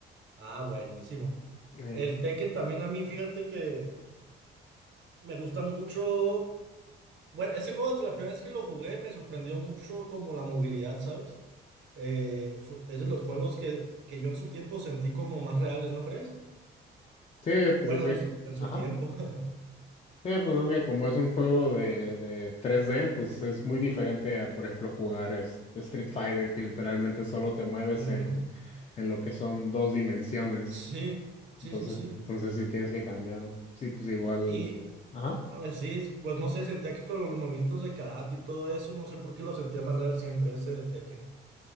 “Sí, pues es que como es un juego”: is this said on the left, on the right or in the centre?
Left